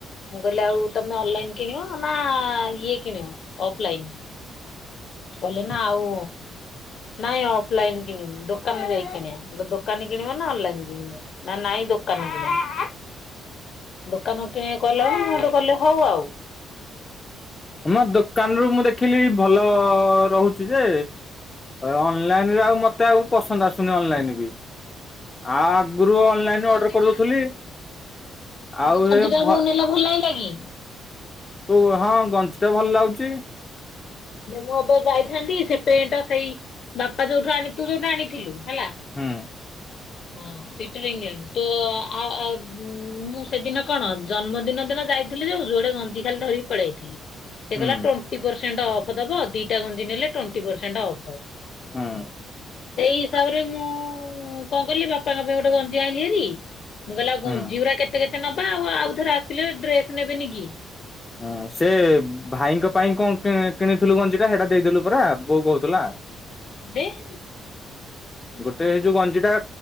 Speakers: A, on the left; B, on the left.
A: ମୁଁ କହିଲି ଆଉ ତମେ ଅନଲାଇନ କିଣିବ। ନା ଇଏ କିଣିବ ଅଫଲାଇନ। କଲେ ନା ଆଉ ନାଇଁ ଅଫଲାଇନ କିଣିବି। ଦୋକାନ ଯାଇ କିଣିବା। ଦୋକାନ କିଣିବ ନା ଅନଲାଇନ କିଣିବ। ନା ନାହିଁ ଦୋକାନରେ କିଣିବି। ଦୋକାନ କିଣିକ କଲାଣି ମୁଁ ତ କଲେ ହଉ ଆଉ।
B: ମୋ ଦୋକାନରୁ ମୁଁ ଦେଖିଲି ଭଲ ରହୁଛି ଯେ। ଅନଲାଇନ ଆଉ ମୋତେ ଆଉ ପସନ୍ଦ ଆସୁନି। ଅନଲାଇନ ବି। ଆ ଗରୁ ଅନଲାଇନ
A: ଯୋଉ ଗଞ୍ଜିଟା
B: ଅର୍ଡର କରିଦେଉଥିଲି। ଆଉ
A: ଯୋଉ ଗଞ୍ଜିଟା
B: ଏ ଭଲ
A: ବୋଉ ନେଲା ଲାଗିଲା କି?
B: କ ହଁ ଗଞ୍ଜି ଟା ଭଲ ଲାଗୁଛି।
A: ମୁଁ ଏବେ ଯାଇଥାନ୍ତି ସେପଟା ସେଇ ବାପା ଯୋଉଠୁ ଆଣିଥିଲୁ ଯୋଉଠି ଆଣିଥିଲୁ ହେଲା।
B: ହୁଁ
A: ହଁ ତ ଆଉ ମୁଁ ସେଦିନ କଣ ଜନ୍ମଦିନ ଦିନ ଯାଇ ଥିଲେ ଯୋଉ ଯୋଆଡେ ଗଞ୍ଜି ଖାଲି ଧରିକି ପଳେଇଥିଲି। ସେ
B: ହୁଁ
A: କହିଲ ଟୁଇଣ୍ଟି ଅଫ୍ ଦବା ଦିଟା ଗଞ୍ଜି ନେଲେ ଟୁଇଣ୍ଟି ଅଫ ଦ-
B: ହଁ
A: ସେଇ ହିସାବରେ ମୁଁ କଣ କଲିି ବାପାଙ୍କ ପାଇଁ ଗୋଟେ ଗଞ୍ଜି ଆଣିଲି ହେରି। ମୁଁ କହିଲି
B: ହୁଁ
A: ଆଉ କେତେ କେତେ ନବା ଆଉ ଆଉ ଥର ଆସିଲେ ଡ୍ରେସ ନେବେନି କି?
B: ହୁଁ ସେ- ଭାଇଙ୍କ ପାଇଁ କଣ କିଣିଥିଲୁ ଗଞ୍ଜି ଟା, ସେଇଟା ଦେଇଲୁ ପୁରା ବୋଉ କହୁଥିଲା।
A: କଦି <inaudible>
B: ଗୋଟେଇ ଯୋଉ ଗଞ୍ଜି ଟା